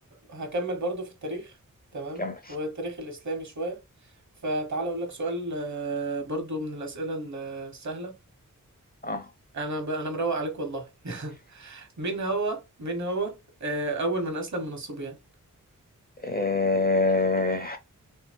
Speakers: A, on the right (about 55°); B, on the left (about 25°).
A: هكمل برضو في التاريخ تمام
B: كمل
A: والتاريخ الاسلامي شويه فتعال اقول لك سؤال آه، برضو من الاسئله ال- السهله
B: اه
A: انا ب... انا مروق عليك والله <laughs> مين هو مين هو آه، اول من اسلم من الصبيان
B: آه،